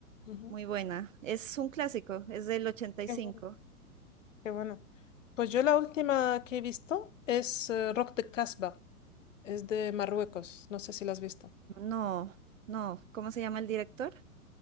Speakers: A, on the left; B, on the right.
A: Ujú.
B: muy buena. Es un clásico, es del ochenta y
A: Qué
B: cinco
A: bueno, qué bueno. Pues yo la última que he visto es eh, Rock de Casbah, es de Marruecos, no sé si la has visto.
B: No, no, ¿cómo se llama el director?